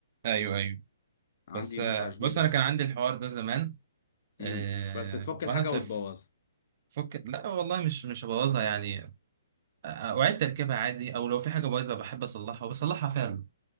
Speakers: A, on the right; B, on the left.
A: ايوه ايوه
B: عندي
A: بس آه،
B: متعة جديدة
A: بص انا
B: يعني
A: كان عندي الحوار ده زمان آه
B: امم بس تفك الحاجة
A: وانا طفل
B: وتبوظها
A: فك لا والله مش مش هبوظها يعني آه، آه، اعيد تركيبها عادي او لو في حاجة بايظة بحب اصلحها وبصلحها فعلا